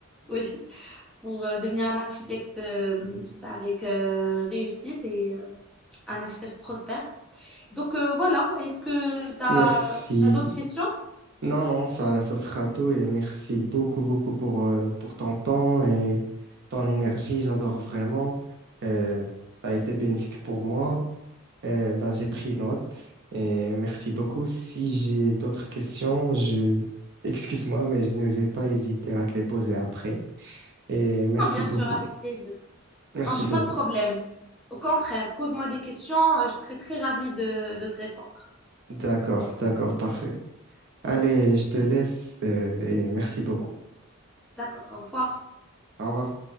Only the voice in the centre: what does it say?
oui, pour euh, devenir un architecte euh, bah, avec euh, réussite et euh, un architecte prospère. Donc euh, voilà, est-ce que t'as,
t'as d'autres questions?
Non, bien
sûr, avec plaisir.
Non, j'ai
pas de problème. Au contraire, pose-moi des questions, euh, je serai très ravie de, de te répondre.
D'accord, au revoir.